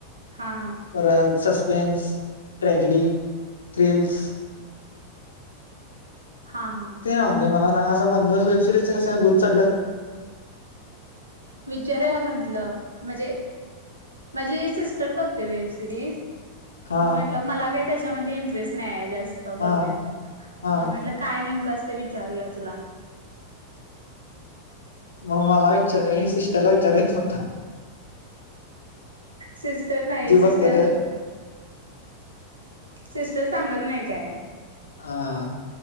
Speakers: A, on the right (about 80°); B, on the left (about 70°).
A: हा
B: परत संसपे प्लेन्स, ट्रॅजडी, थ्रील्स.
A: हां हां.
B: ते ना म्हणजे मला सांग असं मधनच वेबसिरीज च कसं काय भूत चढलं?
A: विचारुया म्हंटलं अ म्हंजे. माजी सिस्टर बघते वेबसिरीज.
B: हा
A: मग म्हटलं मला काय तेच्यामध्ये इंटरेस्ट नाहीय जास्त
B: हा
A: बघण्यात.
B: हा
A: म म्हटलं काय नेमकं असतय विचारूया तुला.
B: मग मला विचारल सिस्टरला विचारेन फक्तं
A: सिस्टर नाही
B: बघते
A: सिस्टर
B: तर
A: सिस्ट ते सांगत नाय काय.
B: हां